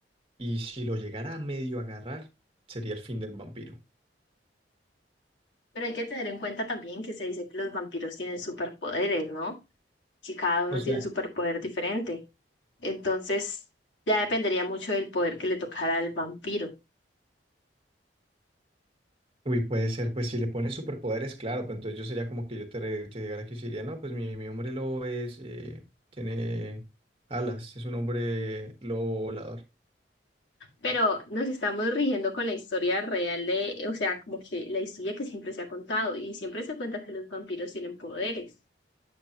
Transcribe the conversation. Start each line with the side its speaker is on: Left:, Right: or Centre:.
Right: y si lo llegara a medio agarrar, sería el fin del vampiro.
Left: Pero hay que tener en cuenta también que se dice que los vampiros tienen superpoderes, ¿no? Que cada uno
Right: O sea,
Left: tiene un superpoder diferente. Entonces, ya dependería mucho del poder que le tocara al vampiro.
Right: Uy, puede ser, pues si le pones superpoderes, claro, pues entonces yo sería como que yo te, re- te llegara aquí y diría, no, pues mi, mi hombre lobo es, eh, tiene alas, es un hombre lobo volador.
Left: Pero nos estamos rigiendo con la historia real de, o sea, como que la historia que siempre se ha contado y siempre se cuenta que los vampiros tienen poderes.